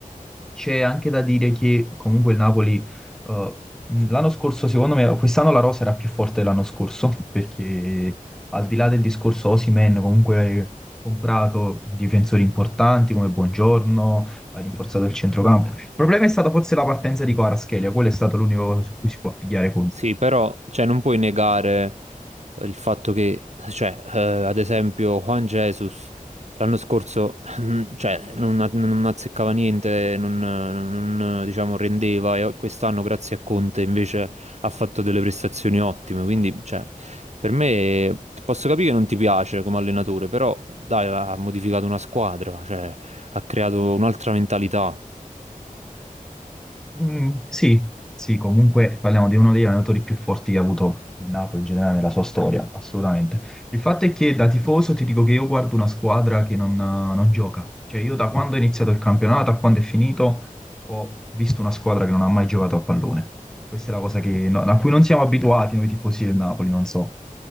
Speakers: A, in the centre; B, on the right.
A: C'è anche da dire che comunque il Napoli eh, mh, l'anno scorso, secondo me, quest'anno la rosa era più forte dell'anno scorso, <laughs> perché al di là del discorso Osimhen, comunque hai comprato difensori importanti come Buongiorno, ha rinforzato il centrocampo. Il problema è stata forse la partenza di Kvaratskhelia, quello è stato l'unico su cui si può pigliare
B: Sì, però cioè, non puoi negare eh, il fatto che, cioè, eh, ad esempio, Juan Jesus l'anno scorso <laughs> cioè, non, a- non azzeccava niente, non, non, non, diciamo, rendeva e quest'anno, grazie a Conte, invece ha fatto delle prestazioni ottime. Quindi, cioè, per me posso capire che non ti piace come allenatore, però dai, ha modificato una squadra, cioè, ha creato un'altra mentalità.
A: Mm, sì, sì, comunque parliamo di uno degli allenatori più forti che ha avuto il Napoli in generale nella sua storia, assolutamente. Il fatto è che da tifoso ti dico che io guardo una squadra che non, non gioca. Cioè io da quando è iniziato il campionato a quando è finito ho visto una squadra che non ha mai giocato a pallone. Questa è la cosa che- no- a cui non siamo abituati noi tifosi del Napoli, non so.